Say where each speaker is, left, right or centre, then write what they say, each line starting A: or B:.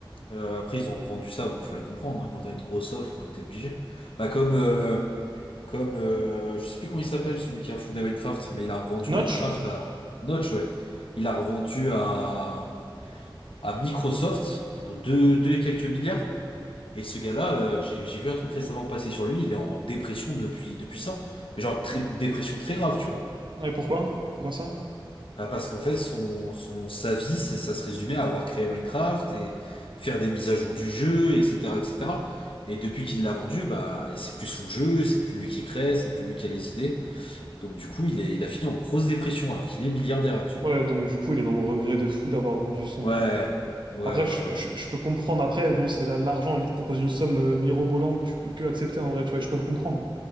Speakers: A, on the left; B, on the right.
A: Euh, après, ils ont vendu ça, bon, faut les comprendre, hein, quand t'as une grosse offre, t'es obligé. Bah comme euh, comme euh, je sais plus comment il s'appelle, celui qui a fondé Minecraft, mais il a revendu
B: Notch?
A: Minecraft à Notch, ouais. Il a revendu à, à Microsoft pour deux, deux et quelques milliards. Et ce gars-là, euh, j'ai j'ai vu un truc récemment passer sur lui, il est en dépression depuis, depuis ça. Mais genre, très- dépression très grave, tu vois.
B: Ouais, pourquoi? Pourquoi ça?
A: Bah, parce qu'en fait, son, son, sa vie, c'est- ça se résumait à avoir créé Minecraft et faire des mises à jour du jeu, etc., etc. Et cetera. Et depuis qu'il l'a vendu, bah, c'est plus son jeu, c'est plus lui qui crée, c'est plus lui qui a les idées. Donc, du coup, il est, il a fini en grosse dépression alors qu'il est milliardaire actuellement.
B: Ouais, donc du coup, il est dans le regret de fou d'avoir vendu son.
A: Ouais, ouais,
B: Après,
A: ouais, ouais.
B: je, je-
A: ouais.
B: je peux comprendre. Après, bon, c'est la- l'argent, il te propose une somme euh, mirobolante, tu peux que accepter en vrai, tu vois, je peux le comprendre.